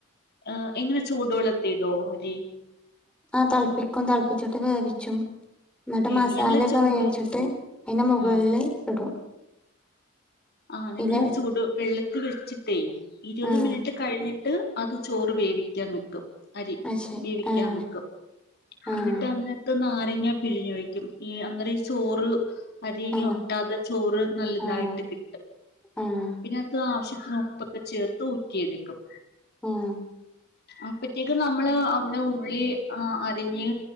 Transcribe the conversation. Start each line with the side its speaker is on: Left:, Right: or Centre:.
Left: ആ എങ്ങനെ ചൂടുവെള്ളത്തിടോ അരി
Centre: ആ തെളപ്പിക്കും തെളപ്പിച്ചിട്ട് വേവിച്ചും എന്നിട്ട്
Left: വേവി
Centre: മസാലയൊക്കെ
Left: ഞങ്ങള് ചൂട്
Centre: വേവിച്ചിട്ട്
Left: ആഹ്
Centre: അതിന്റെ മുകളില്
Left: ഉം
Centre: ഇടും
Left: ആഹ് ഞങ്ങള്
Centre: ഇല
Left: ചൂട് വെള്ള ട്ട് വെച്ചിട്ടെ ഇരുപത്
Centre: ആഹ്
Left: മിനിറ്റ് കഴിഞ്ഞി അത് ചോറ് വേവിക്കാൻ വെക്കും അരി
Centre: അത് ശരി
Left: വേവിക്കാൻ
Centre: ആഹ്
Left: വക്കും
Centre: ആഹ്
Left: എന്നിട്ട് അതിനാത്ത് നാര ഇങ്ങെ പിരിഞ്ഞു വെക്കും ഈ അന്നേരം ചോറ് അരിങ്ങ
Centre: ആഹ്
Left: ഒട്ടാതെ ചോറ് നല്ലതായിട്ട്
Centre: ആഹ്
Left: കി
Centre: ആഹ്
Left: പിന്നെ അത് ആവശ്യത്തിന് ഉപ്പൊക്കെ ചേർത്ത് ഊറ്റിയെടുക്കും
Centre: ആഹ്
Left: അപ്പറ്റേക്ക് നമ്മ നമ്മള് അവിടെ ഉള്ളി ആ അരിഞ്ഞ്